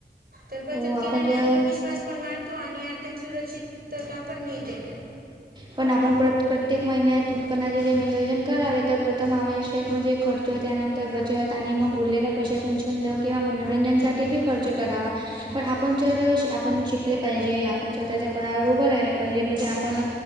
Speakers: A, on the right; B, on the right.
A: तर बचत
B: हो
A: केल्याने
B: आपण जर
A: आत्मविश्वास पण वाढतो आणि आर्थिक सुरक्षितता पण मिळते.
B: पण आपण प्रत प्रत्येक महिन्यात उत्पन्नाचे जे नियोजन करावे तर प्रथम आवश्यक म्हणजे खर्च ज त्यानंतर बचत आणि मग उरलेल्या पैशातून छंद किंवा मनोरंजनसाठी बी खर्च करावा. पण आपण जर आपण शिकले पाहिजे, आपण स्वतःच्या पायावर उभं राहिलं पाहिजे म्हणजे आपण